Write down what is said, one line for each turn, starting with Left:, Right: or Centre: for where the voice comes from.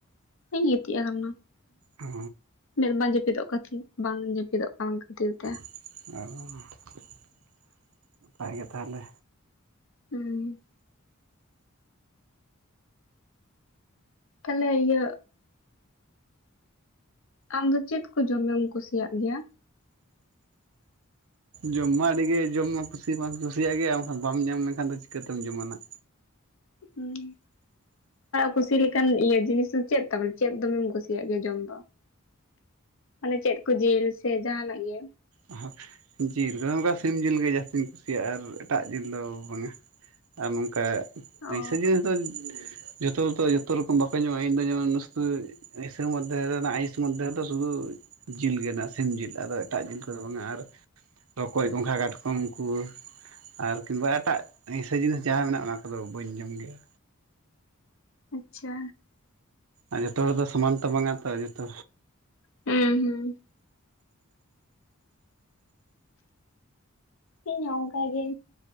Left: ᱵᱟᱹᱧ ᱜᱤᱛᱤᱡ ᱟᱠᱟᱱᱟ
Right: ᱚ
Left: ᱢᱮᱫ ᱵᱟᱝ ᱡᱟᱹᱯᱤᱫᱚᱜ ᱠᱟᱱ ᱛᱤᱧᱟ ᱵᱟᱝ ᱡᱟᱹᱯᱤᱫᱚᱜ ᱠᱟᱱ ᱠᱷᱟᱹᱛᱤᱨ ᱛᱮ
Right: ᱚ ᱱᱟᱯᱟᱭ ᱜᱮ ᱛᱟᱦᱚᱞᱮ
Left: ᱦᱩᱸ ᱛᱟᱦᱚᱞᱮ ᱤᱭᱟᱹ ᱟᱢ ᱫᱚ ᱪᱮᱫ ᱠᱚ ᱡᱚᱢᱮᱢ ᱠᱩᱥᱤᱭᱟᱜ ᱜᱮᱭᱟ?
Right: ᱡᱚᱢ ᱢᱟ ᱟᱹᱰᱤ ᱜᱮ ᱡᱚᱢ ᱢᱟ ᱠᱩᱥᱤ ᱢᱟᱧ ᱠᱩᱥᱤᱭᱟᱜ ᱜᱮᱭᱟ ᱠᱷᱟᱱ ᱵᱟᱢ ᱧᱟᱢ ᱞᱮᱠᱷᱟᱱ ᱫᱚ ᱪᱤᱠᱟᱹᱛᱮᱢ ᱡᱚᱢᱟ ᱱᱟᱜ
Left: ᱦᱩᱸ ᱠᱩᱥᱤ ᱞᱮᱠᱟᱱ ᱤᱭᱟᱹ ᱡᱤᱱᱤᱥ ᱫᱚ ᱪᱮᱫ ᱛᱮ ᱪᱮᱫ ᱫᱚᱢᱮᱢ ᱠᱩᱥᱤᱭᱟᱜ ᱜᱮᱭᱟ ᱡᱚᱢ ᱫᱚ ᱢᱟᱱᱮ ᱪᱮᱫ ᱠᱚ ᱡᱤᱞ ᱥᱮ ᱡᱟᱦᱟᱸᱱᱟᱜ ᱜᱮ
Right: ᱚᱦᱚᱜ ᱡᱤᱞ ᱟᱫᱚ ᱱᱚᱝᱠᱟ ᱥᱤᱢ ᱡᱤᱞ ᱜᱮ ᱡᱟᱹᱥᱛᱤᱧ ᱠᱩᱥᱤᱭᱟᱜᱼᱟ ᱟᱨ ᱮᱴᱟᱜ ᱡᱤᱞ ᱫᱚ ᱵᱟᱝᱟ᱾ ᱟᱨ ᱱᱚᱝᱠᱟ
Left: ᱚ
Right: ᱟᱹᱥᱟᱹ ᱡᱤᱱᱤᱥ ᱫᱚ ᱡᱚᱛᱚ ᱡᱚᱛᱚ ᱨᱚᱠᱚᱢ ᱵᱟᱠᱚ ᱧᱟᱢᱚᱜᱼᱟ ᱤᱧᱫᱚ ᱡᱮᱢᱚᱱ ᱱᱟᱹᱥ ᱤᱥᱤᱱ ᱢᱚᱫᱽᱫᱷᱮ ᱨᱮ ᱟᱭᱤᱥ ᱢᱚᱫᱽᱫᱷᱮ ᱨᱮᱫᱚ ᱥᱩᱫᱩ ᱡᱤᱞ ᱜᱮ ᱢᱮᱱᱟᱜᱼᱟ ᱥᱤᱢ ᱡᱤᱞ, ᱟᱫᱚ ᱮᱴᱟᱜ ᱡᱤᱞ ᱫᱚ ᱵᱟᱝᱟ ᱟᱨ ᱨᱚᱠᱚᱡ ᱜᱚᱸᱜᱷᱟ ᱠᱟᱴᱠᱚᱢ ᱠᱚ ᱟᱨ ᱠᱤᱢᱵᱟ ᱮᱴᱟᱜ ᱟᱹᱭᱥᱟᱹ ᱡᱤᱱᱤᱥ ᱡᱟᱦᱟᱸ ᱢᱮᱱᱟᱜᱼᱟ ᱚᱱᱟ ᱠᱚᱫᱚ ᱵᱟᱹᱧ ᱡᱚᱢ ᱜᱮᱭᱟ
Left: ᱟᱪᱪᱷᱟ
Right: ᱟᱨ ᱡᱚᱛᱚ ᱦᱚᱲ ᱫᱚ ᱥᱚᱢᱟᱱ ᱛᱚ ᱵᱟᱝᱟ ᱛᱚ ᱡᱚᱛᱚ
Left: ᱦᱩᱸ ᱦᱩᱸ ᱤᱧ ᱦᱚᱸ ᱚᱱᱠᱟ ᱜᱮ᱾